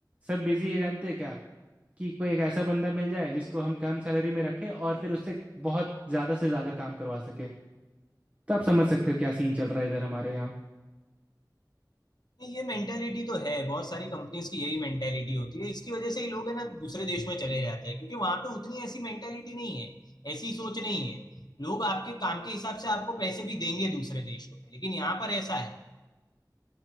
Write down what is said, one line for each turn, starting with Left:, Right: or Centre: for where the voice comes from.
Right: सब बिजी है जानते हैं क्या कि कोई एक ऐसा बंदा मिल जाए जिसको हम कम सैलरी में रखें और फिर उससे बहुत ज़्यादा से ज़्यादा काम करवा सके तो आप समझ सकते हो क्या सीन चल रहा है इधर हमारे यहाँ
Left: नहीं, ये मेंटेलिटी तो है बहुत सारी कंपनीज की यही मेंटेलिटी होती है इसकी वजह से ही लोग है ना दूसरे देश में चले जाते हैं क्योंकि वहां पे उतनी ऐसी मेंटेलिटी नहीं है ऐसी सोच नहीं है लोग आपके काम के हिसाब से आपको पैसे भी देंगे दूसरे देशों में लेकिन यहाँ पर ऐसा है